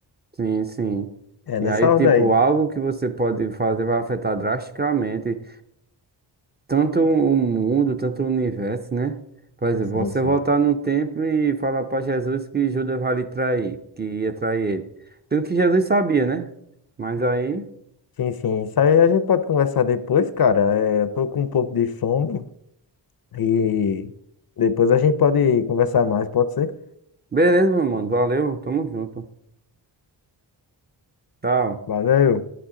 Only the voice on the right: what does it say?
Sim, sim.
E
aí, tipo,
algo que você pode fazer vai afetar drasticamente tanto o mundo, tanto o universo, né? Por exemplo,
você
voltar no tempo e falar para Jesus que Judas vai lhe trair, que ia trair ele. Sendo que Jesus sabia, né? Mas aí,
beleza, meu mano. Valeu, tamo junto. Tchau.